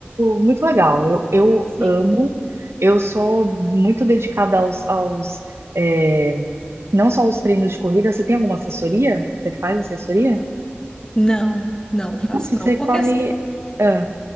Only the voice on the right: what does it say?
muito legal. Eu, eu
amo, eu sou muito dedicada aos, aos é, não só aos treinos de corrida. Você tem alguma assessoria? Você faz assessoria?
Se
você
corre.
ah,